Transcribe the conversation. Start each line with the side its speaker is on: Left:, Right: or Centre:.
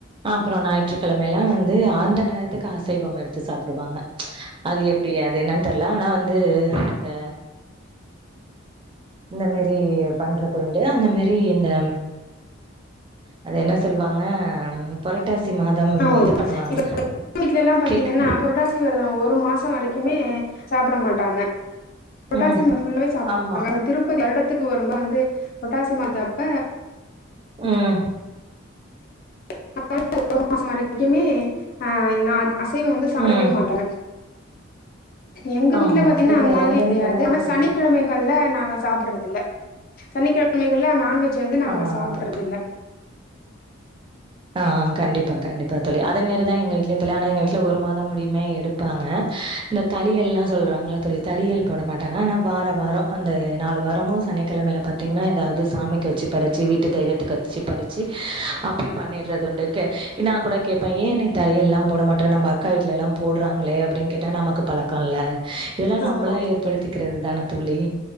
Right: அப்பற ஞாயிற்றுக்கிழமலா வந்து அந்த நேரத்துக்கு அசைவம் எடுத்து சாப்டுவாங்க அது எப்புடி அது என்ன தெர்ல ஆனா வந்து இந்த இந்த மாரி பண்றதுக்ண்டுலா அந்த மாரி இந்த அது என்ன சொல்லுவாங்க புரட்டாசி மாதம்
Left: ஆ
Right: இது பண்ணுவாங்கல்ல
Left: எங்க <inaudible> வீட்ல எல்லா பாத்தீங்கன்னா
Right: கேக்கு
Left: புரட்டாசி வெரதோ ஒரு மாச வரைக்குமே சாப்ட மாட்டாங்க புரட்டாசி
Right: ம்
Left: மாசம் ஃபுல்லாவே சாப்
Right: ஆமா
Left: ங்க அங்க திருப்பதி வருட த்துக்கு ஒரு மு வந்து புரட்டாசி மாச அப்ப
Right: ம்
Left: <inaudible> மாசம் வரைக்குமே ஆ நா அது அசைவோ வந்து சாப்டவே
Right: ம்
Left: மாட்டாங்க எங்க
Right: ஆமா
Left: வீட்ல பாத்திங்ன்னா
Right: இப்ப
Left: அந்த மாதிரி
Right: எங்க
Left: கெடையாது
Right: வீட்லலாம்
Left: அனா
Right: எடுத்துக்கிட்டீங்
Left: சனிக்கிழமைகள்ல அங்க சாப்படுறதுகில்ல சனிக்கிழமைகள்ல நான்வெ ஜ் வந்து நாங்க
Right: ஆ
Left: சாப்படறது இல்ல
Right: ஆ கண்டிப்பா கண்டிப்பா தோழி அதே மாரி தா எங்க வீட்லந்தோழி ஆனா எங்க வீட்ல ஒரு மாதம் முடியுமே எடுப்பாங்க இந்த தாளிகள்லா சொல்றாங்கள தோழி தளியல் போட மாட்டாங்க ஆனா வாரோ வாரோ அந்த நாலு வாரமு சனிக்கெழமைல பாத்திங்கன்னா எதாவது சாமிக்கு வச்சி படச்சி வீட்டு தெய்வத்துக்கு வச்சி படச்சி அப்டி பண்ணிட்றது உண்டு கே நா குட கேப்பே ஏ நீ தாளியெல்லா போட மாட்ற நம்ப அக்கா வீட்லலா போட்றாங்களே அப்டின்னு கேட்டா நமக்கு பழக்கோ இல்ல இதுலா
Left: ஆமா
Right: நம்ளே ஏற்படுத்திக்கிறது தானே தோழி